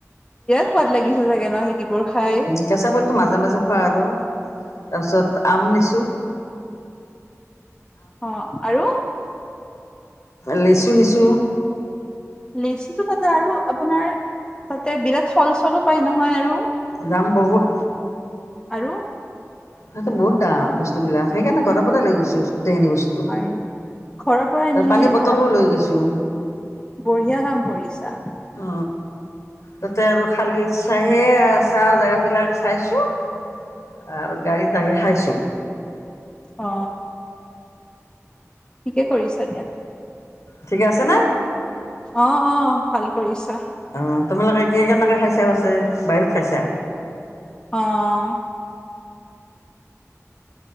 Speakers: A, on the left; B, on the left.
A: সোৱাদ লাগি চাগে নহ বোৰ খাই
B: কেঁচা বুটটো মাজে মাজে খোৱা আৰু তাৰপিছত আম নিছো।
A: অ আৰু
B: লিচু নিছো।
A: লিচুতো তাতে আৰু আপোনাৰ তাতে বিৰাট ফল চলো পায় নহয় আৰু
B: দাম বহুত।
A: আৰু
B: তাতটো বহুত দাম বস্তু বিলাক সেইকাৰণে ঘৰৰ পৰাই লৈ গৈছো। গোটেইখিনি বস্তু
A: হয়, ঘৰৰ পৰা
B: আৰু
A: নিয়াই
B: পানী বটলো
A: ভাল
B: লৈ গৈছো।
A: বঢ়িয়া কাম কৰিছা।
B: অ তাতে আৰু খালি চাহে চাহ জেগা বিলাক চাইছো আৰু গাড়ীত দাঙি খাইছোঁ।
A: অ ঠিকে কৰিছা দিয়া।
B: ঠিকে আছে নে।
A: অ', অ'। ভাল কৰিছা।
B: অ', তোমালোকে কি, কেনেকে খাইছ <unintelligible> বাহিৰত খাইছা?
A: অ'